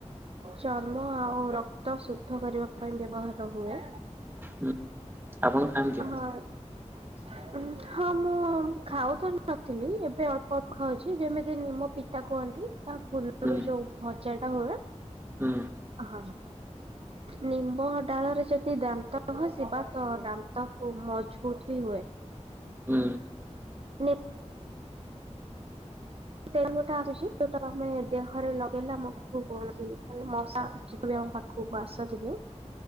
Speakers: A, on the right; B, on the right.
A: ଚର୍ମ ଆଉ ରକ୍ତ ଶୁଦ୍ଧ କରିବା ପାଇଁ ବ୍ୟବହାର ହୁଏ।
B: ହୁଁ ଆପଣ ଖାଆନ୍ତି?
A: ହଁ। ହଁ ମୁଁ ଖାଉ ତ ନଥିଲି ଏବେ ଅଳ୍ପ ଅଳ୍ପ ଖାଉଛି ଯେମିତି ନିମ ପିତା କୁହନ୍ତି ତା ଫୁଲରୁ
B: ହୁଁ
A: ଯୋଉ ଭଜା ଟା ହୁଏ
B: ହୁଁ।
A: ହଁ ନିମ୍ବ ଡାଳରେ ଯଦି ଦାନ୍ତ ଘସିବା ତ ଦା ଦାନ୍ତ ଖୁବ୍ ମଜବୁତ ବି ହୁଏ।
B: ହୁଁ।
A: ନି ତ ଗୋଟେ ଆସୁଛି ଯୋଉଟା ଆମେ ଦେହରେ ଲଗେଇଲା ମୋ ପାଖକୁ କୌଣସି ମଶା ବି ଆମ ପାଖ କୁ ଆସନ୍ତିନି।